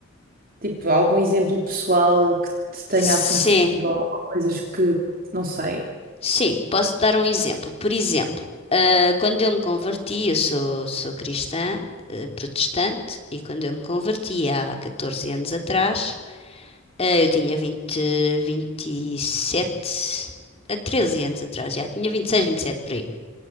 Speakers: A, on the right (about 40°); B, on the left (about 30°).
A: tipo, algum exemplo pessoal que te tenha
B: Sim,
A: acontecido ou, ou coisas que não sei.
B: sim, posso dar um exemplo. Por exemplo, ah, quando eu me converti, eu sou, sou cristã, ah, protestante, e quando eu me converti há 14 anos atrás, ah, eu tinha vinte vinte e sete a 13 anos atrás, já tinha vinte vinte seis vinte e sete por aí.